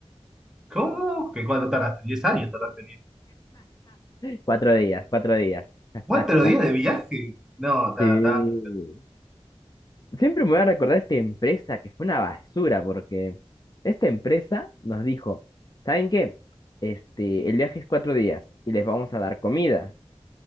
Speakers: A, in the centre; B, on the left.
A: ¿Cómo? ¿Que cuánto tardaste? diez años tardaste en ir?
B: Cuatro días, cuatro días. <laughs>
A: ¿Cuatro días de viaje? No, está,
B: Sí.
A: está.
B: Siempre me voy a recordar esta empresa que fue una basura, porque esta empresa nos dijo, ¿saben qué? Este, el viaje es cuatro días y les vamos a dar comida,